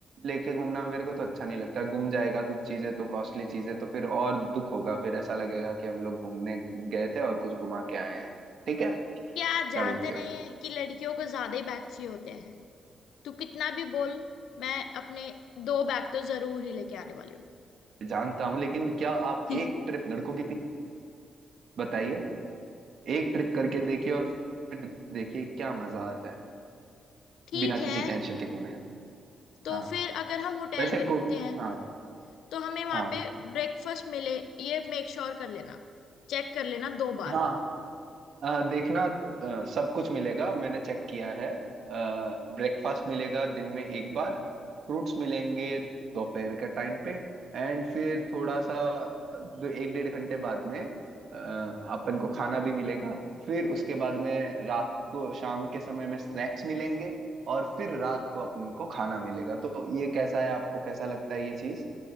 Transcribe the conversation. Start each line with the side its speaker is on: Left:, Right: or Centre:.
Right: लेके घूमना मेरे को तो अच्छा नहीं लगता गुम जाएगा कुछ चीजें तो कॉस्टली चीजें तो फिर और दुख होगा फिर ऐसा लगेगा कि हम लोग घूमने गए थे और कुछ घुमा के आए हैं ठीक है
Left: क्या
Right: क्या
Left: आप जानते
Right: बोलती
Left: नहीं
Right: हो
Left: है कि लड़कियों को ज्यादा ही बैग चाहिए होते हैं तू कितना भी बोल मैं अपने दो बैग तो जरूर ही लेके आने वाली हूँ
Right: जानता हूँ लेकिन क्या आप
Left: <laughs>
Right: एक ट्रिप लड़कों की थी बताइए एक ट्रिप करके देखिए और फिर देखिए क्या मजा आता है
Left: ठीक
Right: बिना किसी
Left: है
Right: टेंशन के घूमे हुए
Left: तो
Right: हाँ
Left: फिर अगर हम होटल
Right: वैसे
Left: में रुकते
Right: को
Left: हैं
Right: हाँ
Left: तो हमें वहां
Right: हाँ
Left: पे ब्रेकफास्ट मिले ये मेक श्योर कर लेना चेक कर लेना दो बार
Right: हाँ अ, देखना अ, सब कुछ मिलेगा मैंने चेक किया है ब्रेकफास्ट मिलेगा दिन में एक बार फ्रूट्स मिलेंगे दोपहर के टाइम पे एंड फिर थोड़ा सा दो एक डेढ़ घंटे बाद में अ, अपन को खाना भी मिलेगा फिर उसके बाद में रात को शाम के समय में स्नैक्स मिलेंगे और फिर रात को अपन को खाना मिलेगा तो ये कैसा है आपको कैसा लगता है ये चीज